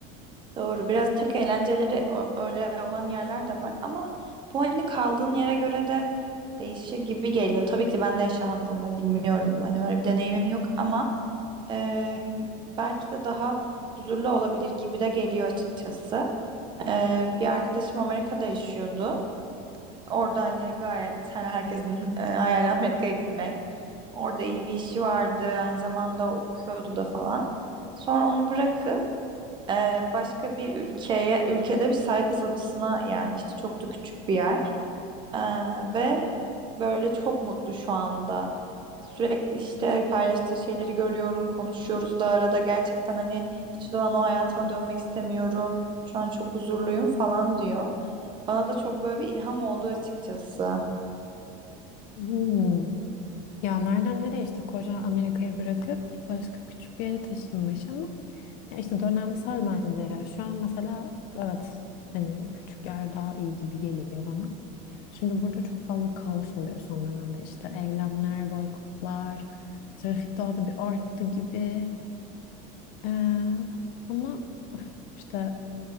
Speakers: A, on the right; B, on the left.
A: Doğru biraz tek eğlenceleri ö- öyle olan yerler de var ama bu hani kaldığın yere göre de değişir gibi geliyor. Tabii ki ben de yaşamadım ve bilmiyorum hani öyle bir deneyimim yok ama e, belki de daha huzurlu olabilir gibi de geliyor açıkçası. Ee, bir arkadaşım Amerika'da yaşıyordu. Orada hani gayet hani herkesin e, hayali Amerika'ya gitmek. Orada iyi bir işi vardı. Aynı zamanda okuyordu da falan. Sonra onu bırakıp e, başka bir ülkeye, ülkede bir sahil kasabasına yerleşti. Çok da küçük bir yer. Ee, ve böyle çok mutlu şu anda. Sürekli işte paylaştığı şeyleri görüyorum, konuşuyoruz da arada gerçekten hani hiç zaman o hayatıma dönmek istemiyorum. Şu an çok huzurluyum falan diyor. Bana da çok böyle bir ilham oldu açıkçası.
B: Hmm. Ya nereden nereye işte koca Amerika'ya bırakıp başka küçük bir yere taşınmış ama ya işte dönemsel bence ya. Şu an mesela evet hani küçük yer daha iyi gibi geliyor bana. Şimdi burada çok fazla kaos oluyor son dönemde. İşte eylemler, boykotlar, trafik daha da bir arttı gibi. Ee, ama üf, işte